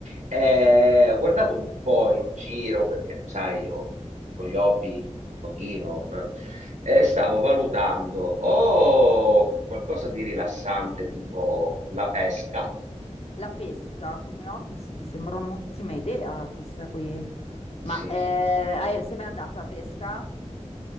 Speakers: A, on the right; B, on the left.
A: eh, ho guardato un po' in giro perché, sai, io con gli hobby, un pochino, eh, e stavo valutando o qualcosa di rilassante tipo la pesca.
B: La pesca come hobby, sì, mi sembra un'ottima idea questa qui. Ma
A: Sì,
B: eh,
A: sì,
B: hai- sei mai andato a pesca?